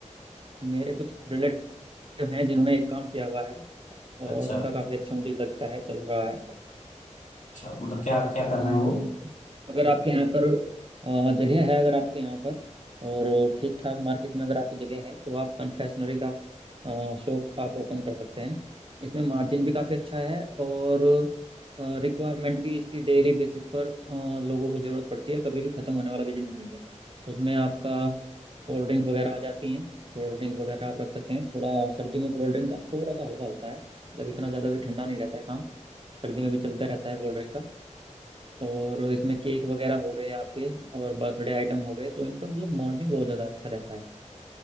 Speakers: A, on the right; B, on the left.
A: मेरे कुछ रिलेटिव हैं जिन्होंने एक काम किया हुआ है
B: अच्छा
A: और उनका काफ़ी अच्छा मुझे लगता है चल रहा है
B: अच्छा मतलब क्या क्या कर
A: हम्म,
B: रहे हैं वो
A: अगर आपके यहाँ पर अ, जगह है अगर आपके यहाँ पर और ठीक ठाक मार्केट में अगर आपकी जगह है तो आप कन्फेक्शनरी का शॉप आप ओपन कर सकते हैं इसमें मार्जिन भी काफ़ी अच्छा है और रिक्वायरमेंट भी इसकी डेली बेसिस पर अ, लोगों को ज़रूरत पड़ती है कभी भी ख़त्म होने वाला बिजनेस नहीं है उसमें आपका कोल्ड ड्रिंक वगैरह आ जाती हैं कोल्ड ड्रिंक वगैरह आप रख सकते हैं थोड़ा सर्दियों में कोल्ड ड्रिंक का थोड़ा सा हल्का होता है मतलब इतना ज़्यादा भी ठंडा नहीं रहता है काम सर्दी में भी चलता रहता है कोल्ड ड्रिंक का और इसमें केक वगैरह हो गए आपके और बर्थडे आइटम हो गए तो इन पर मतलब मार्जिन बहुत ज़्यादा अच्छा रहता है